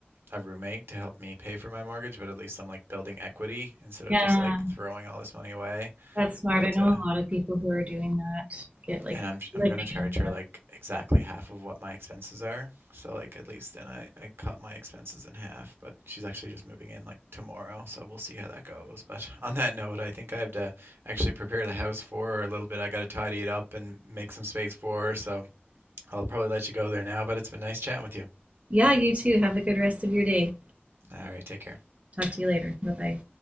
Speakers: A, on the right; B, on the right.
A: a roommate to help me pay for my mortgage, but at least I'm like building equity instead of
B: Yeah,
A: just like throwing all this money away.
B: that's smart.
A: But
B: I know
A: uh,
B: a lot of people who are doing that get like
A: and I'm
B: living
A: I'm gonna charge
B: in.
A: her like exactly half of what my expenses are. So like at least then I, I cut my expenses in half. But she's actually just moving in like tomorrow, so we'll see how that goes. But <laughs> on that note, I think I have to actually prepare the house for her a little bit. I gotta tidy it up and make some space for her. So I'll probably let you go there now. But it's been nice chatting with you.
B: Yeah, you too. Have a good rest of your day.
A: All right, take care.
B: Talk to you later. Bye bye.